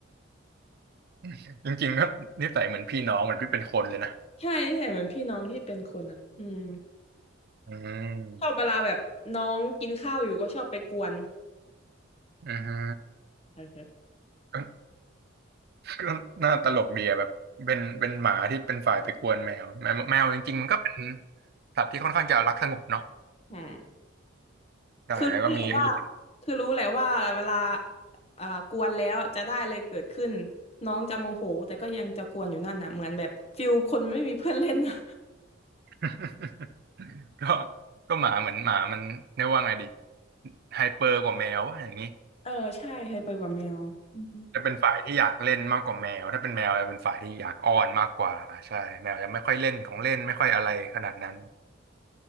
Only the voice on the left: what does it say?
ใช่ใช่เหมือนพี่น้องที่เป็นคนนั้นอืม
ชอบเวลาแบบน้องกินข้าวอยู่ก็ชอบไปกวน
ใช่ใช่
อืม
คือรู้แหละว่าคือรู้แหละว่าเวลาอ่ากวนแล้วจะได้เลยเกิดขึ้นน้องจะโมโหแต่ก็ยังจะกวนอยู่นั่นน่ะเหมือนแบบฟิลคนไม่มีเพื่อนเล่นน่ะ
<laughs> เออใช่เคยไปกับแมวอืม